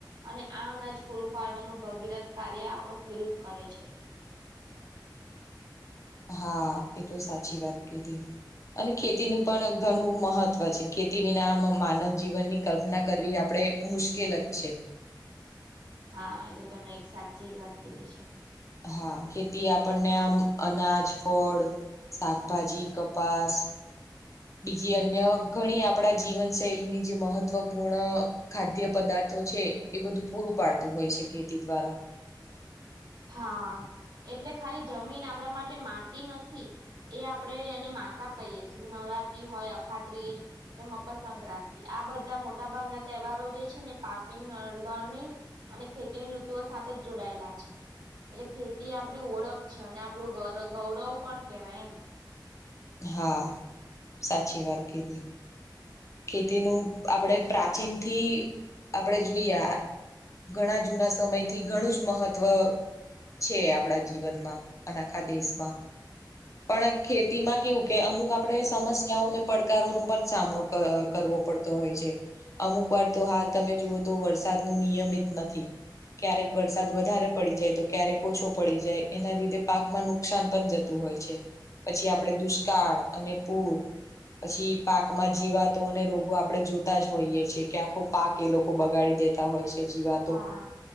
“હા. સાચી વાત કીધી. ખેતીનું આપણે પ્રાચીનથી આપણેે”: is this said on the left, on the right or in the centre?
Left